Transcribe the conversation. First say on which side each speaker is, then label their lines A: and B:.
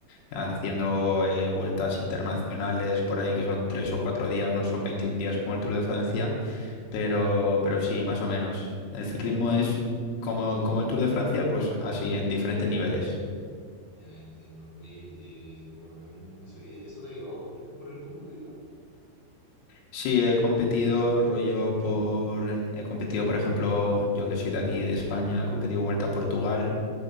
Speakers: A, on the left; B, on the left.
A: haciendo eh, vueltas internacionales por ahí que son tres o cuatro días, no son 21 días como el Tour de Francia, pero, pero sí, más o menos. El ciclismo es como, como el Tour de Francia, pues así en diferentes niveles.
B: ya entiendo. Oye, eh, qué bacán eso, y eso te ha llevado a competir por el mundo, digamos.
A: Sí, he competido rollo por, he competido, por ejemplo, yo que soy de aquí de España, he competido Vuelta a Portugal,